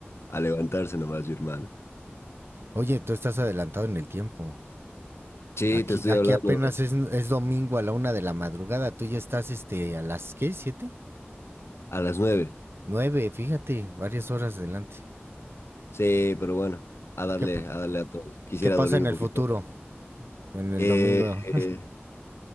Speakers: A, on the left; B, on the right.
A: a levantarse nomás, mi hermano.
B: Oye, tú estás adelantado en el tiempo.
A: Sí,
B: Aquí,
A: te estoy
B: aquí
A: hablando
B: apenas es, es domingo a la una de la madrugada. Tú ya estás este, a las, ¿qué? ¿Siete?
A: a las nueve.
B: Nueve, fíjate, varias horas adelante.
A: Sí, pero bueno, a darle,
B: ¿Qué,
A: a darle a todos. Quisiera
B: qué pasa
A: dormir
B: en
A: un
B: el
A: poquito
B: futuro?
A: más.
B: En el
A: Eh,
B: domingo.
A: eh,